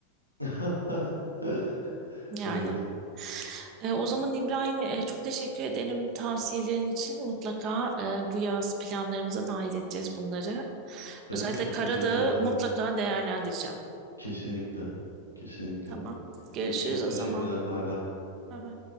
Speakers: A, on the right; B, on the right.
A: <laughs>
B: Yani
A: Evet.
B: e, o zaman İbrahim e, çok teşekkür ederim tavsiyelerin için. Mutlaka e, bu yaz planlarımıza dahil edeceğiz bunları.
A: Ben
B: Özellikle
A: de çok
B: Karadağ'ı
A: teşekkür ederim.
B: mutlaka değerlendireceğim.
A: Kesinlikle. Kesinlikle.
B: Tamam. Görüşürüz
A: Çok
B: o
A: teşekkürler.
B: zaman.
A: Bay bay.
B: Bye bye.